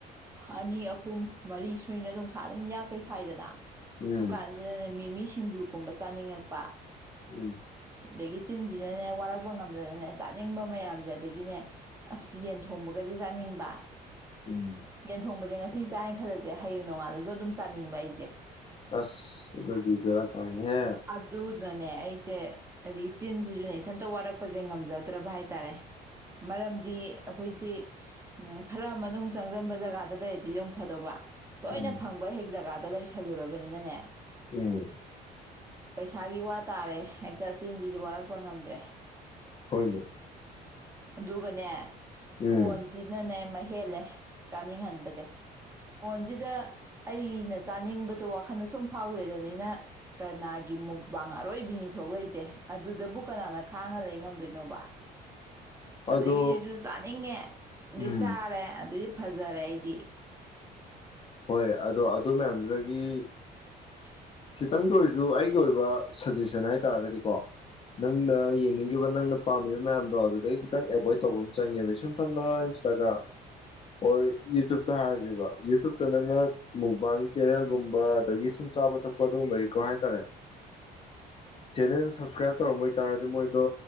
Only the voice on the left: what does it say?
ꯎꯝ
ꯎꯝ
ꯎꯝ
ꯑꯁꯗꯗꯔ ꯀꯥꯏ ꯍꯦ
ꯎꯝ
ꯎꯝ
ꯍꯣꯏꯅꯦ
ꯎꯝ
ꯑꯗꯣ
ꯎꯝ
ꯍꯣꯏ ꯑꯗꯣ ꯑꯗꯨ ꯃꯌꯥꯝꯗꯨꯗꯒꯤ
ꯈꯤꯇꯪ ꯇ ꯑꯣꯏꯖꯨ ꯑꯩꯒꯤ ꯑꯣꯏꯕ ꯁꯖꯦꯁꯟ ꯍꯥꯏꯇꯥꯔꯒꯗꯤꯀꯣ ꯅꯪꯅ ꯌꯦꯅꯤꯒꯤꯕ ꯅꯪꯅ ꯄꯥꯝꯃꯤꯕ ꯃꯌꯥꯝꯗꯣ ꯑꯗꯨꯗꯩ ꯈꯤꯇꯪ ꯑꯦꯕꯣꯏꯠ ꯇꯧꯕꯝ ꯆꯪꯉꯦꯕ ꯏꯁꯝ ꯁꯝꯅ ꯏꯟꯁꯇꯥꯒ꯭ꯔꯥꯝ ꯑꯣꯔ ꯌꯨꯇꯨꯞꯇ ꯍꯥꯏꯔꯖꯦꯕ ꯌꯨꯇꯨꯞꯇ ꯅꯪꯅ ꯃꯨꯛꯕꯥꯡ ꯆꯦꯅꯦꯜꯒꯨꯝꯕ ꯑꯗꯒꯤ ꯁꯨꯝ ꯆꯥꯕ ꯊꯛ ꯄ ꯑꯗꯨꯒꯨꯝꯕꯒꯤꯀꯣ ꯍꯥꯏꯇꯥꯔꯦ ꯆꯦꯅꯦꯟ ꯁꯞꯁꯀ꯭ꯔꯥꯏꯞ ꯇꯧꯔꯝꯕ ꯑꯣꯏꯇꯥꯥꯔꯗꯤ ꯃꯣꯏꯗꯣ